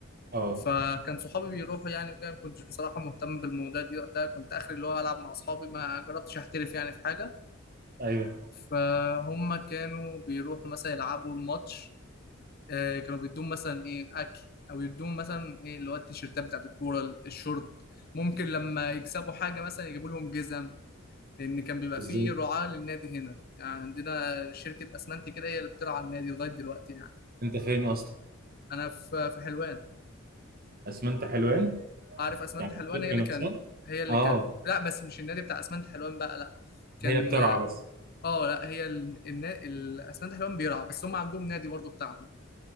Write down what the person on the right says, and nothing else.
اه
ايوه
بالظبط
انت فين اصلا
اسمنت حلوان
يعني
الشركه
نفسها
اه
هي بترعى بس